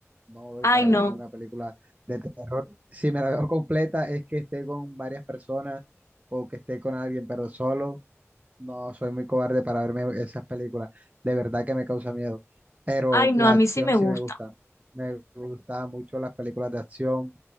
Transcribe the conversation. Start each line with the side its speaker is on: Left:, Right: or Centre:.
Right: no voy
Left: Ay,
Right: para
Left: no,
Right: verme una película de terror. Si me la veo completa es que esté con varias personas o que esté con alguien, pero solo. No, soy muy cobarde para verme esas películas. De verdad que me causa miedo. Pero
Left: ay, no,
Right: la
Left: a mí
Right: acción
Left: sí me
Right: sí
Left: gusta.
Right: me gusta. Me gustan mucho las películas de acción.